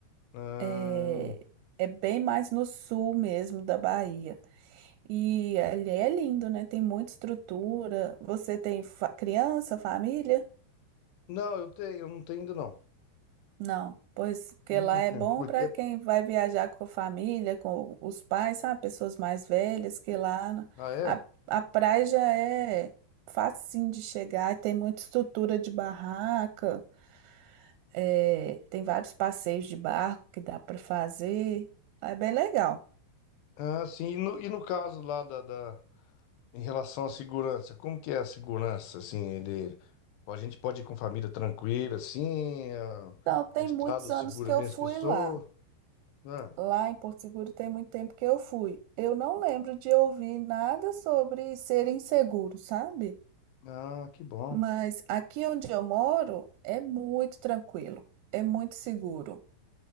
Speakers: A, on the left; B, on the right.
A: Ah,
B: É, é bem mais no sul mesmo da Bahia. E ali é lindo, né? Tem muita estrutura. Você tem fa- criança, família?
A: Não, eu tenho, eu não tenho ainda não.
B: Não. Pois, porque
A: Nunca,
B: lá é bom
A: porque...
B: para quem vai viajar com a família, com os pais, sabe? Pessoas mais velhas, que lá na-
A: Ah, é?
B: a, a praia já é facinho de chegar e tem muita estrutura de barraca. É, tem vários passeios de barco que dá para fazer. É bem legal.
A: Ah, sim, e no, e no caso lá da, da- Em relação à segurança, como que é a segurança, assim, ele... A gente pode ir com família tranquila, assim, ah,
B: Então, tem
A: o Estado
B: muitos
A: segura
B: anos que eu
A: bem
B: fui
A: as pessoas.
B: lá.
A: Ah,
B: Lá em Porto Seguro tem muito tempo que eu fui. Eu não lembro de ouvir nada sobre ser inseguro, sabe?
A: ah, que bom.
B: Mas aqui onde eu moro é muito tranquilo, é muito seguro.